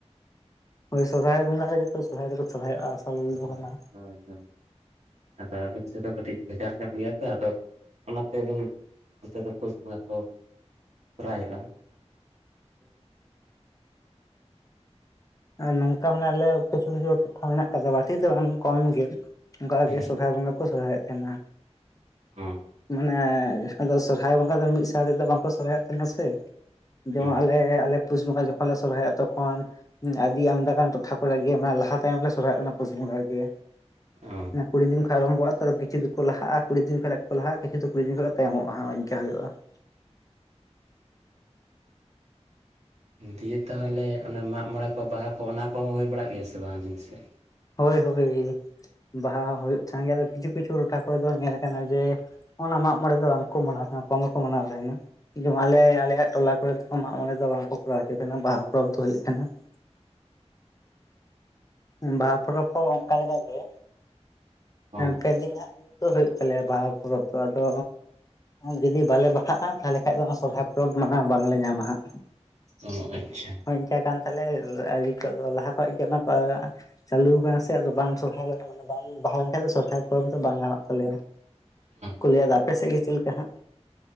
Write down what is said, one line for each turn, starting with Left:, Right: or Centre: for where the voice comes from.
Left: ᱥᱚᱦᱟᱭ ᱵᱚᱸᱜᱟ ᱨᱮᱜ ᱥᱚᱨᱦᱟᱭ ᱫᱚ ᱥᱚᱨᱦᱟᱭᱚᱜᱼᱟ ᱟᱥᱚᱞ
Right: ᱦᱳᱭ
Left: ᱠᱟᱱᱟ
Right: ᱦᱳᱭ ᱦᱳᱭ ᱟᱫᱚ ᱟᱹᱵᱤᱱ ᱥᱮᱫ ᱫᱚ ᱠᱟᱹᱴᱤᱡ ᱵᱷᱮᱜᱟᱨ ᱧᱚᱜ ᱜᱮᱭᱟ ᱛᱚ ᱟᱫᱚ ᱚᱱᱟᱛᱮ ᱟᱹᱵᱤᱱ ᱚᱱᱛᱮ ᱫᱚ ᱯᱩᱥ ᱵᱚᱸᱜᱟ ᱠᱚ ᱥᱚᱦᱨᱟᱭᱚᱜᱼᱟ᱾
Left: ᱱᱚᱝᱠᱟ ᱢᱟᱱᱮ ᱟᱞᱮ ᱯᱷᱟ ᱢᱮᱱᱟᱜ ᱠᱟᱫᱟ ᱵᱟᱴᱤ ᱫᱚ ᱵᱟᱝ ᱠᱚᱢ ᱜᱮ ᱚᱱᱠᱟᱜᱮ
Right: ᱦᱮᱸ
Left: ᱥᱚᱨᱦᱟᱭ ᱵᱚᱸᱜᱟ ᱠᱚ ᱥᱚᱨᱦᱟᱭᱮᱫ ᱛᱟᱦᱮᱸᱱᱟ᱾
Right: ᱚ
Left: ᱢᱟᱱᱮ ᱟᱫᱚ ᱥᱚᱨᱦᱟᱭ ᱵᱚᱸᱜᱟ ᱫᱚ ᱢᱤᱫ ᱥᱟᱶ ᱛᱮᱫᱚ ᱵᱟᱝᱠᱚ ᱥᱚᱨᱦᱟᱭᱚᱜ ᱠᱟᱱᱟ ᱥᱮ ᱡᱮᱢᱚᱱ
Right: ᱦᱩᱸ
Left: ᱟᱞᱮ ᱟᱞᱮ ᱯᱩᱥ ᱵᱚᱸᱜᱟ ᱡᱚᱠᱷᱚᱱ ᱞᱮ ᱥᱚᱦᱟᱭᱚᱜ ᱛᱚᱠᱷᱚᱱ ᱟᱹᱰᱤ ᱟᱢᱫᱟ ᱜᱟᱱ ᱴᱚᱴᱷᱟ ᱠᱚᱨᱮᱜᱮ ᱞᱟᱦᱟ ᱛᱟᱭᱚᱢ ᱞᱮ ᱥᱚᱨᱚᱦᱟᱭᱚᱜ ᱠᱟᱱᱟ ᱯᱚᱥ ᱵᱚᱸᱜᱟ ᱨᱮᱜᱮ᱾
Right: ᱚ
Left: ᱠᱩᱲᱤ ᱫᱤᱱ ᱠᱷᱚᱡ ᱟᱨᱚᱢᱵᱷᱚᱜᱼᱟ᱾ ᱛᱚᱨ ᱠᱤᱪᱷᱩ ᱫᱚ ᱞᱟᱦᱟᱜᱼᱟ ᱠᱩᱲᱤ ᱫᱤᱱ ᱠᱷᱚᱡᱱᱟᱜ ᱫᱚ ᱞᱟᱦᱟᱜᱼᱟ ᱠᱤᱪᱷᱩ ᱠᱩᱲᱤ ᱫᱤᱱ ᱠᱷᱚᱡᱱᱟᱜ ᱛᱟᱭᱚᱢᱚᱜᱼᱟ ᱝᱠᱟ ᱦᱩᱭᱩᱜᱼᱟ᱾ <inaudible>
Right: ᱫᱤᱭᱮ ᱛᱟᱦᱚᱞᱮ ᱚᱱᱮ ᱢᱟᱜ ᱢᱚᱬᱮᱸ ᱠᱚ ᱵᱟᱦᱟ ᱠᱚ ᱚᱱᱟ ᱠᱚᱦᱚᱸ ᱦᱩᱭ ᱵᱟᱲᱟᱜ ᱜᱮᱭᱟ ᱥᱮ ᱵᱟᱝ ᱟᱵᱤᱱ ᱥᱮᱫ?
Left: ᱦᱳᱭ ᱦᱳᱭ ᱵᱟᱦᱟ ᱦᱩᱭᱩᱜ <unintelligible> ᱜᱮᱭᱟ ᱟᱫᱚ ᱠᱤᱪᱷᱩ ᱠᱤᱪᱷᱩ ᱴᱚᱴᱷᱟ ᱠᱚᱨᱮ ᱫᱚ ᱧᱮᱞ ᱠᱟᱱᱟ ᱡᱮ ᱚᱱᱟ ᱢᱟᱜ ᱢᱚᱬᱮ ᱫᱚ ᱵᱟᱝᱠᱚ ᱢᱟᱱᱟᱣᱟ᱾ ᱠᱚᱢᱮᱠᱚ ᱢᱟᱱᱟᱣ ᱛᱟᱦᱮᱱᱟ᱾ ᱡᱮᱢᱚᱱ ᱟᱞᱮ ᱟᱞᱮᱭᱟᱜ ᱴᱚᱞᱟ ᱠᱚᱨᱮ ᱫᱚ ᱢᱟᱜ ᱢᱚᱬᱮ ᱫᱚ ᱵᱟᱝᱠᱚ ᱠᱚᱨᱟᱣ ᱦᱚᱪᱚᱭ ᱛᱟᱦᱮᱸᱱᱟ ᱵᱟᱦᱟ ᱯᱚᱨᱚᱵᱽ ᱫᱚ ᱦᱩᱭᱩᱜ ᱛᱟᱦᱮᱸᱱᱟ᱾ <inaudible> ᱵᱟᱦᱟ ᱯᱚᱨᱚᱵᱽ ᱦᱚᱸ ᱚᱱᱠᱟ ᱞᱮᱠᱟ ᱜᱮ
Right: ᱚ
Left: ᱯᱮ ᱫᱤᱱ ᱦᱟᱜ ᱦᱩᱭᱩᱜ <unintelligible> ᱦᱩᱭᱩᱜ ᱛᱟᱞᱮᱭᱟ ᱵᱟᱦᱟ ᱯᱚᱨᱚᱵᱽ ᱫᱚ ᱟᱫᱚ ᱡᱩᱫᱤ ᱵᱟᱞᱮ ᱵᱟᱦᱟᱜᱼᱟ ᱛᱟᱦᱞᱮ ᱠᱷᱟᱡ ᱫᱚ ᱚᱱᱟ ᱥᱚᱨᱦᱟᱭ ᱯᱚᱨᱚᱵᱽ ᱢᱟᱱᱟᱣ ᱵᱟᱝᱞᱮ ᱧᱟᱢᱟ ᱦᱟᱸᱜ᱾
Right: ᱚ ᱟᱪᱪᱷᱟ
Left: ᱦᱚᱸᱭ ᱤᱱᱠᱟᱹ ᱠᱟᱱ ᱛᱟᱞᱮ ᱟᱹᱨᱤ ᱠᱚ ᱫᱚ ᱞᱟᱦᱟ ᱠᱷᱚᱡᱜᱮ ᱱᱚᱝᱠᱟ ᱪᱟᱹᱞᱩ ᱠᱟᱱᱟ ᱥᱮ ᱟᱫᱚ ᱵᱟᱝ ᱥᱚᱨᱦᱟᱭ ᱢᱟᱱᱮ ᱵᱟᱢ ᱵᱟᱦᱟ ᱞᱮᱱᱠᱷᱟᱱᱡ ᱫᱚ ᱥᱚᱨᱦᱟᱭ ᱯᱚᱨᱚᱵᱽ ᱫᱚ ᱵᱟᱝ ᱜᱟᱱᱚᱜ ᱛᱟᱞᱮᱭᱟ᱾
Right: ᱚ
Left: ᱠᱚ ᱞᱟᱹᱭᱫᱟ ᱟᱯᱮ ᱥᱮᱫ ᱜᱮ ᱪᱮᱫ ᱞᱮᱠᱟ ᱦᱟᱜ?